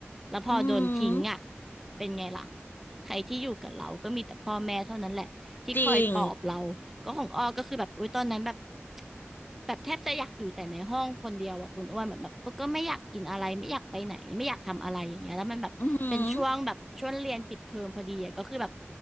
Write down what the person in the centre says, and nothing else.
แล้วพอโดนทิ้งอ่ะ
เป็นไงล่ะ ใครที่อยู่กับเราก็มีแต่พ่อแม่เท่านั้นแหละที่คอยปลอบเราก็ของอ้อก็คือแบบโอุยตอนนั้นแบบ
แบบแทบจะอยากอยู่แต่ในห้องคนเดียวอะคุณอ้วนเหมือนแบบเออก็ไม่อยากกินอะไรไม่อยากไปไหนไม่อยากทำอะไรอย่างเงี้ยแล้วมันแบบเป็นช่วงแบบช่วงเรียนปิดเทอมพอดีอะก็คือแบบ